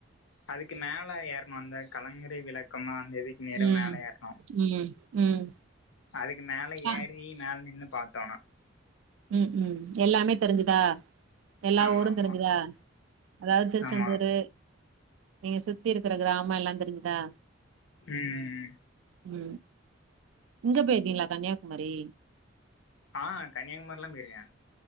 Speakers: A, on the left; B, on the right.
A: அதுக்கு மேல ஏறுனோ அந்த கலங்கரை விளக்கமா அந்த இதுக்கு நேரா
B: ம்
A: மேல ஏறுனோ
B: ம் ம்
A: அதுக்கு மேல
B: ஆ
A: ஏறி மேல நின்னு பாத்தோனா
B: ம் ம் எல்லாமே தெரிஞ்சுதா எல்லா
A: ஆமா
B: ஊரு
A: ஆமா
B: தெரிஞ்சுதா அதாவ்து திருச்செந்தூரு
A: ஆமா
B: நீங்க சுத்தி இருக்குற கிராமோ எல்லா தெரிஞ்சுதா
A: ம் ம்
B: ம் இங்க போயிருக்கீங்கிளா கன்னியாகுமரி
A: ஆ கன்னியாகுமரிலாம போயிருக்கே